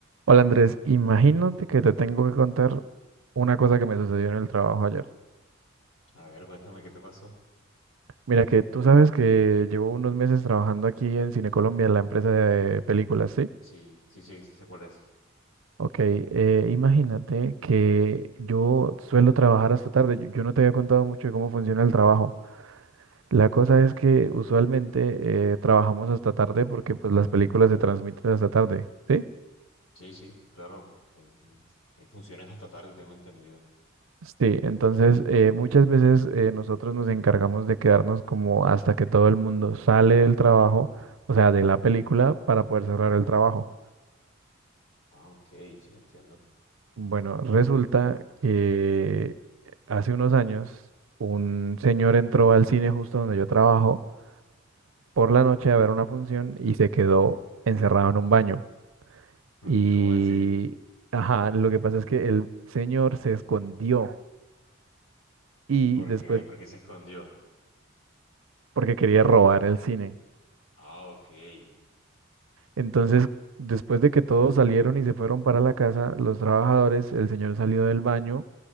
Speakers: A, on the right; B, on the left.
A: Hola Andrés, imagínate que te tengo que contar una cosa que me sucedió en el trabajo ayer.
B: A ver, cuéntame qué te pasó.
A: Mira que tú sabes que llevo unos meses trabajando aquí en Cine Colombia, la empresa de películas, ¿sí?
B: Sí, sí, sí, sí sé cuál es.
A: Ok, eh, imagínate que yo suelo trabajar hasta tarde. Yo, yo no te había contado mucho de cómo funciona el trabajo. La cosa
B: Mm,
A: es que usualmente eh, trabajamos hasta tarde porque pues las películas se transmiten hasta tarde, ¿sí?
B: Sí, sí, claro. Eh, mm, Hay funciones hasta tarde, tengo entendido.
A: Sí, entonces eh, muchas veces eh, nosotros nos encargamos de quedarnos como hasta que todo el mundo sale del trabajo, o sea, de la película, para poder cerrar el trabajo.
B: Ah, ok, sí, entiendo.
A: Bueno, resulta que hace unos años un señor entró al cine justo donde yo trabajo por la noche a ver una función y se quedó encerrado en un baño.
B: <laughs>
A: Y,
B: ¿Cómo así?
A: ajá, lo que pasa es que el señor se escondió y
B: ¿Y por
A: después,
B: qué? ¿Por qué se escondió?
A: porque quería robar el cine.
B: Ah, ok.
A: Entonces, después de que todos salieron y se fueron para la casa, los trabajadores, el señor salió del baño,